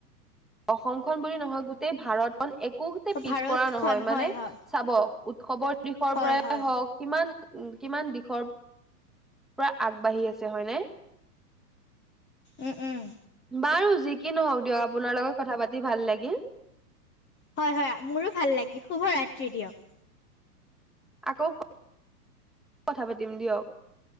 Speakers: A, in the centre; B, on the left.
A: অসমখনন বুলি নহয় গোটেই ভাৰতখন একোহতে পিছপৰা
B: ভাৰতখন
A: নহয় মানে-
B: হয় হয়
A: চাব উৎসৱৰ দিশৰ
B: হয়
A: পৰাই
B: হয়
A: হওক কিমান উ কিমান দিশৰ- পৰা আগবাঢ়ি আছে হয় নে?
B: উম উম'
A: বাৰু যি কি নহওক দিয়ক আপোনাৰ লগত কথা পাতি ভাল লাগিল।
B: হয় হয়, মোৰো ভাল লাগে শুভ ৰাত্ৰি দিয়ক।
A: আকৌ ক কথা পাতিম দিয়ক।